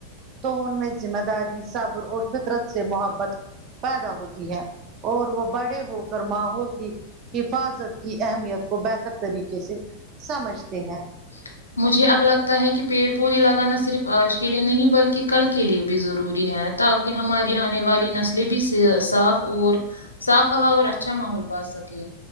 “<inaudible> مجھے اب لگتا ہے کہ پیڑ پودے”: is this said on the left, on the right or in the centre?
Left